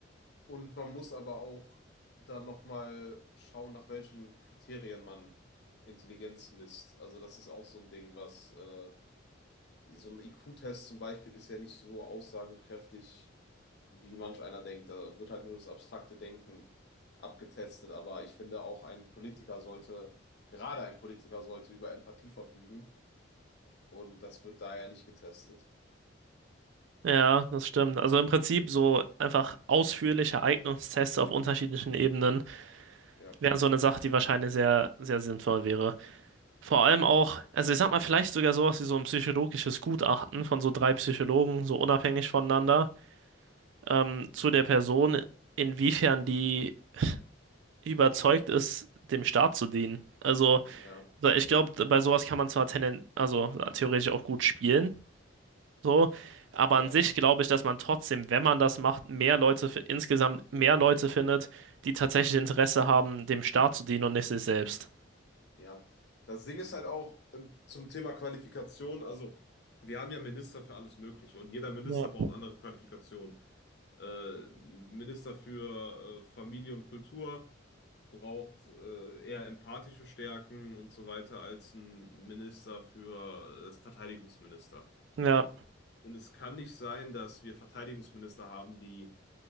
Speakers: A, on the left; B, on the right.
A: und man muss aber auch dann nochmal schauen, nach welchen Kriterien man Intelligenz misst. Also das ist auch so ein Ding, was äh, so ein IQ-Test zum Beispiel ist ja nicht so aussagekräftig, wie manch einer denkt. Da wird halt nur das abstrakte Denken abgetestet. Aber ich finde auch ein Politiker sollte, gerade ein Politiker sollte über Empathie verfügen. Und das wird da ja nicht getestet.
B: Ja, das stimmt. Also im Prinzip so einfach ausführliche Eignungstests auf unterschiedlichen Ebenen
A: Ja,
B: wären so eine Sache, die wahrscheinlich sehr, sehr sinnvoll wäre. Vor allem auch, also ich sag mal, vielleicht sogar sowas wie so ein psychologisches Gutachten von so drei Psychologen, so unabhängig voneinander, ähm, zu der Person, inwiefern die überzeugt ist, dem Staat zu dienen. Also
A: ja,
B: ich glaube, bei sowas kann man zwar tenden, also theoretisch auch gut spielen, So, aber an
A: Ja.
B: sich glaube ich, dass man trotzdem, wenn man das macht, mehr Leute fi- insgesamt mehr Leute findet, die tatsächlich Interesse haben, dem Staat zu dienen und nicht sich selbst.
A: ja. Das Ding ist halt auch ähm, zum Thema Qualifikation, also. Wir haben ja Minister für alles Mögliche und jeder Minister
B: Ja.
A: braucht andere Qualifikationen. Äh, Minister für äh, Familie und Kultur, braucht äh, eher empathische Stärken und so weiter als ein Minister für, als Verteidigungsminister.
B: Ja,
A: Und es kann nicht sein, dass wir Verteidigungsminister haben, die